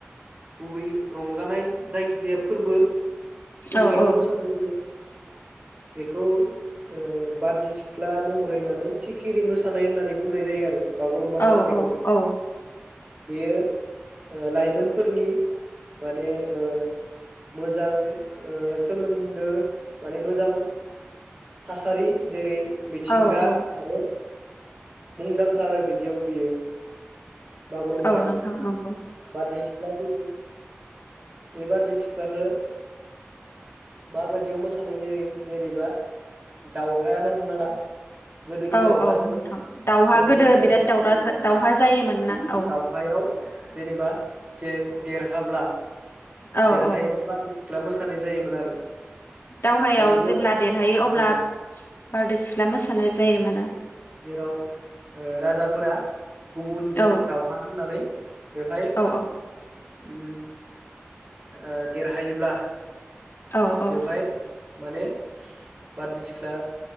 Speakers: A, on the right; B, on the left.
A: गुबै रंजानाय जायखि जाया फोर्बो खुंथायाव
B: औ औ
A: मोसानो जोङो बेखौ ओ बारदै सिख्ला महरै माने सिखिरि मोसानाय होननानै बुंनाय जायो आरो। बागुरुम्बा मोसानायखौ
B: औ औ
A: बेयो ओ लाइमोनफोरनि माने ओ मोजां ओ सोमोन्दो माने मोजां थासारि जेरै मिथिंगा
B: औ औ
A: आरो मुंदांखा आरो बिदियाव बियो। बागुरुम्बाया
B: औ नोंथां नंगौ
A: बारदै सिख्ला जेरै बे बारदैसिख्लाखो माबादियाव मोसानाय जायो जेरैबा दावहायानो हमना ला गोदोनि
B: औ
A: दाावहाजों
B: औ नोंथां दावहा
A: गोदोनि
B: गोदो बिराद दावरा दावहा
A: <unintelligible>
B: जायोमोन
A: बिदि
B: ना औ
A: दावहायाव जेनेबा जे देरहाब्ला
B: औ
A: देरहायोब्ला
B: औ
A: <unintelligible> सिख्ला मोसानाय जायोमोन आरो।
B: दावहायाव
A: माने जेराव
B: जेब्ला देरहायो अब्ला
A: औ
B: बारदै सिख्ला मोसानाय जायो मोना
A: जेराव ओ राजाफोरा गुबुनजों
B: औ
A: दावहा नांनानै बेवहाय
B: औ
A: उ ओ देरहायोब्ला
B: औ
A: बेवहाय
B: औ
A: माने बादै सिख्ला